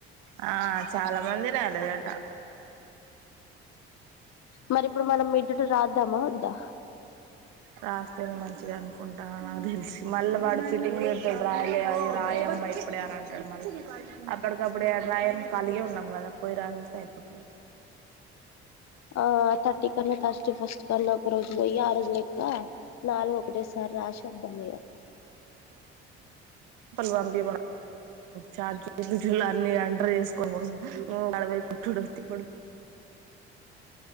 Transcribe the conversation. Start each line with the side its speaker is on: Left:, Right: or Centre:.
Right: ఆ చాలా మంది రాయలేదట.
Left: మరి ఇప్పుడు, మనం మిడ్ టు రాద్దామా వద్దా.
Right: రాస్తేనే మంచిగా అనుకుంటా. నాకు తెలిసి మళ్ళీ వాడు ఫిటింగ్ పెడ్తాడు రాయలేదని. రాయమ్మ ఇప్పుడే అని అంటాడు. మళ్ళీఅక్కడ అప్ప అప్పుడ రాయను కాలిగే ఉన్నాం. కదా పోయి రాసెసి వస్తే అయిపోతది.
Left: ఆ తట్టి కన్న తట్టి ఫస్ట్ కన్న, ఒకరోజు పోయి ఆరోజలే. ఇంకా, నాలుగు ఒకటేసారి రాసివద్దా ఇగా
Right: వన్ బి చార్జ అన్ని అంటర్ చేసుకోని కోసం, అడపోయి కుట్డు తిప్పుడు